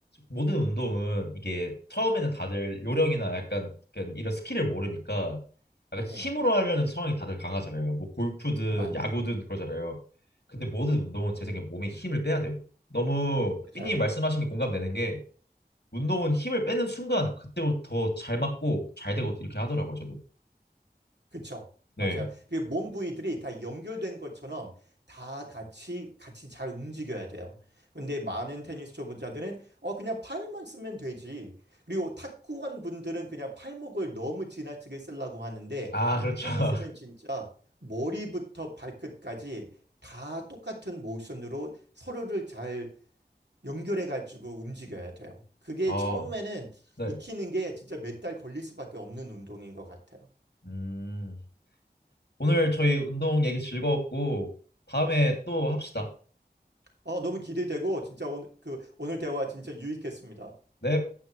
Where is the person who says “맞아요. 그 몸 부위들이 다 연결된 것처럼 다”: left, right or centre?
Right